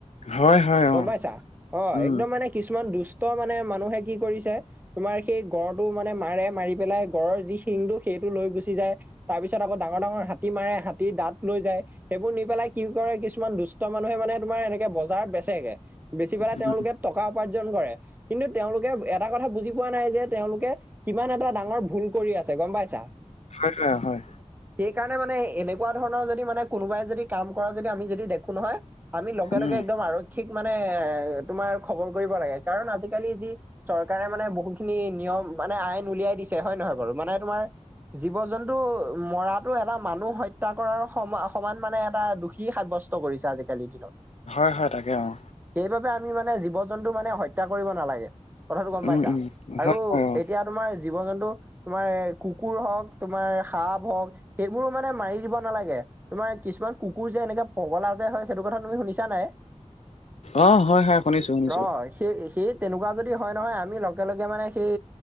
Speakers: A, on the left; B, on the right.
A: হয়, হয়,
B: গ'ম
A: অ',
B: পাইছা? অ',
A: উম,
B: একদম মানে কিছুমান দুষ্ট মানে মানুহে কি কৰিছে, তোমাৰ সেই গঁড়টো মানে মাৰে মাৰি পেলাই গঁড়ৰ যি শিঙটো সেইটো লৈ গুচি যায়। তাৰপিছত আকৌ ডাঙৰ- ডাঙৰ হাত তী মাৰে হাতীৰ দাঁত লৈ যায়। সেইবোৰ নি পেলাই কি কৰে কিছুমান দু ষ্ট মানুহে মানে তোমাৰ এনেকে বজাৰ বেচেগে, বেচি পেলাই
A: উম,
B: তেওঁলোকে টকা উপাৰ্জন কৰে। কিন্তু তেওঁলোকে এটা কথা বুজি পোৱা নাই যে তেওঁলোকে কিমান এটা ডাঙৰ ভুল কৰি আছে, গম পাইছা?
A: হয় হয় হয়।
B: সেই কাৰণে মানে এনেকুৱা ধৰণৰ যদি মানে কোনোবাই যদি কাম কৰা যদি আমি যদি দেখো নহয় আমি লগে
A: উম,
B: লগে একদম আৰক্ষীক মানে এ তোমাৰ খবৰ কৰিব লাগে, কাৰণ আজি আজিকালি যি চৰকাৰে মানে বহু খিনি নিয়ম মানে আইন উলিয়াই দিছে হয়ন নহয় বাৰু? মানে তোমাৰ জীৱ জন্তু ও মৰাতো এটা মানুহ হত্যা কৰাৰ সমা সমান মানে এটা দুখী সাব্যস্ত কৰিছে আজি কালিৰ দিনত।
A: হয় হয় তাকে অঁ
B: সেইবাবে আমি মানে জীৱ জন্তু মানে হত্যা কৰিব নালাগে, কথাটো গ'ম পাইছা?
A: উম, উম,
B: আৰু
A: হয়, হয়, অ',
B: এতিয়া তোমাৰ জীৱ জন্তু তোমাৰ কুকুৰ হও'ক তোমাৰ সাপ হও'ক। সেইবোৰো মানে মাৰি দিব নালাগে। তোমাৰ কিছুমান কুকুৰ যে এনেকে পগলা যে হয়, সেইটো কথা তুমি শুনিছা নাই?
A: অ', হয়, হয়, শুনিছোঁ, শুনিছোঁ,
B: অ সেই সেই তেনেকুৱা যদি হয় নহয় আমি লগে লগে মানে সেই